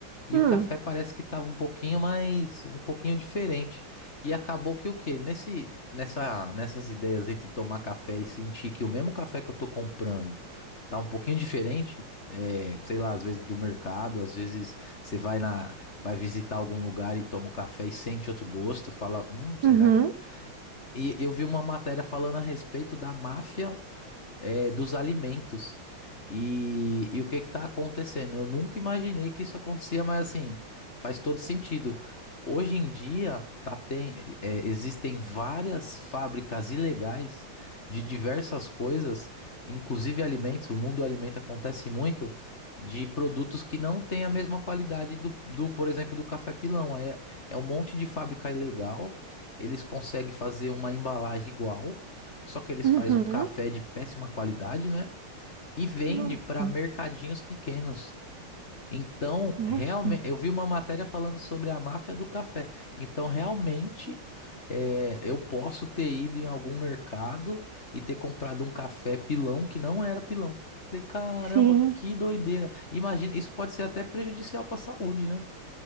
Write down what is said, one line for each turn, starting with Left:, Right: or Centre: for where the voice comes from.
Left: e
Right: Hum,
Left: o café parece que tava um pouquinho mais, um pouquinho diferente. E acabou que o quê? Nesse, nessa, nessas ideias entre tomar café e sentir que o mesmo café que eu tô comprando tá um pouquinho diferente, é, sei lá, às vezes do mercado, às vezes você vai na, vai visitar algum lugar e toma um café e sente outro gosto, fala, hum, será
Right: uhum,
Left: que e eu vi uma matéria falando a respeito da máfia é, dos alimentos. E, e o que está acontecendo? Eu nunca imaginei que isso acontecia, mas assim, faz todo sentido. Hoje em dia, tá, tem, é, existem várias fábricas ilegais de diversas coisas, inclusive alimentos. O mundo do alimento acontece muito de produtos que não têm a mesma qualidade do, do, por exemplo, do café pilão. É, é um monte de fábrica ilegal. Eles conseguem fazer uma embalagem igual só que eles
Right: uhum.
Left: fazem um café de péssima qualidade, né? E vende
Right: Nossa,
Left: para mercadinhos pequenos. Então,
Right: nossa.
Left: realmente, eu vi uma matéria falando sobre a máfia do café. Então, realmente, é, eu posso ter ido em algum mercado e ter comprado um café pilão que não era pilão. Falei, caramba,
Right: Sim,
Left: que doideira. Imagina, isso pode ser até prejudicial para a saúde, né?